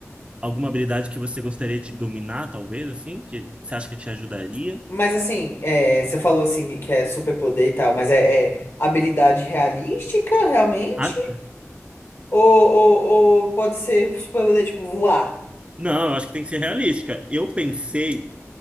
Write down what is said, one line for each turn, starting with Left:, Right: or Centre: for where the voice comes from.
Right: alguma habilidade que você gostaria de dominar, talvez, assim, que você acha que te ajudaria?
Left: Mas assim, é, você falou assim que é superpoder e tal, mas é, é habilidade realística, realmente?
Right: Ah,
Left: Ou, ou, ou pode ser superpoder, tipo, voar.
Right: não, eu acho que tem que ser realística. Eu pensei